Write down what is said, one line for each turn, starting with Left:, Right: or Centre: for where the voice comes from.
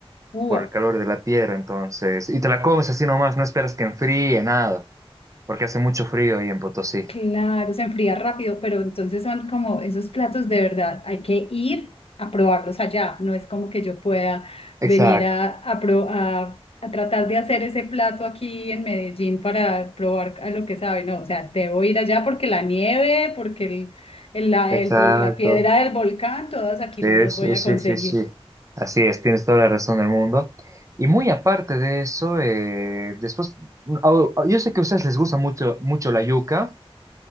Left: wow.
Right: por el calor de la piedra, entonces, y te la comes así nomás, no esperas que enfríe nada, porque hace mucho frío ahí en Potosí.
Left: Claro, se enfría rápido, pero entonces son como esos platos de verdad, hay que ir a probarlos allá, no es como que yo pueda
Right: Exacto,
Left: venir a, a, pro- a, a tratar de hacer ese plato aquí en Medellín para probar a lo que sabe, no, o sea, debo ir allá porque la nieve, porque el, el- la,
Right: exacto.
Left: el vol- la piedra del volcán, todas aquí
Right: Sí,
Left: no las
Right: sí,
Left: voy a
Right: sí,
Left: conseguir.
Right: sí, sí. Así es, tienes toda la razón del mundo. Y muy aparte de eso, eh, después, mm, au- au- yo sé que a ustedes les gusta mucho, mucho la yuca.